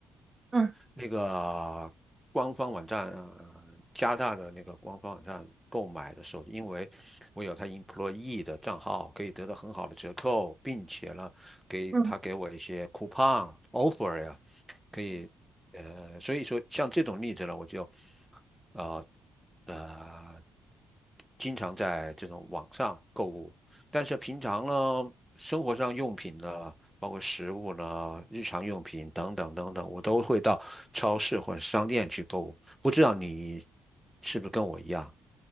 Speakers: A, on the right; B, in the centre.
A: 嗯
B: 那个官方网站，呃，加拿大的那个官方网站购买的手机，因为我有他 employee 的账号，可以得到很好的折扣，并且呢，给他给我一些
A: 嗯嗯。
B: coupon offer 呀，可以，呃，所以说像这种例子呢，我就呃呃，经常在这种网上购物，但是平常呢，生活上用品呢，包括食物呢，日常用品等等等等，我都会到超市或者商店去购物。不知道你是不是跟我一样？